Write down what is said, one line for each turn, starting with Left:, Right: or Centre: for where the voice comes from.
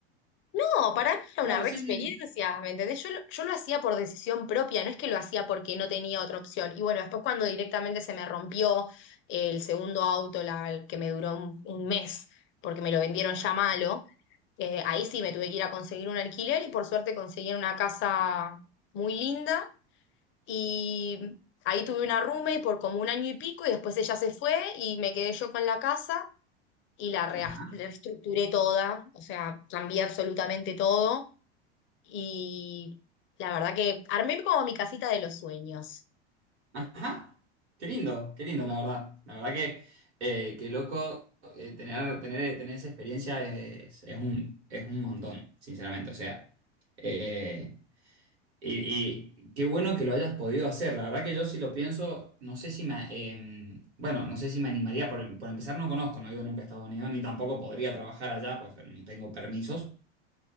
Left: no, para mí era
Right: Claro,
Left: una re
Right: sí,
Left: experiencia,
Right: sí.
Left: ¿me entendés? Yo, lo- yo lo hacía por decisión propia, no es que lo hacía porque no tenía otra opción. Y bueno, después cuando directamente se me rompió el segundo auto, la, el que me duró un, un mes, porque me lo vendieron ya malo, eh, ahí sí me tuve que ir a conseguir un alquiler y por suerte conseguí una casa muy linda y ahí tuve una roommate por como un año y pico y después ella se fue y me quedé yo con la casa y la rea-
Right: Ajá,
Left: reestructuré toda, o sea, cambié absolutamente todo y la verdad que armé como mi casita de los sueños.
Right: ajá. Qué lindo, qué lindo, la verdad. La verdad que, eh, qué loco, eh, tener, tener, tener esa experiencia es, es un, es un montón, sinceramente. O sea, eh, y, y qué bueno que lo hayas podido hacer. La verdad que yo si lo pienso, no sé si me, eh, bueno, no sé si me animaría. Por, por empezar, no conozco, no he ido nunca a Estados Unidos, ni tampoco podría trabajar allá, pues ni tengo permisos.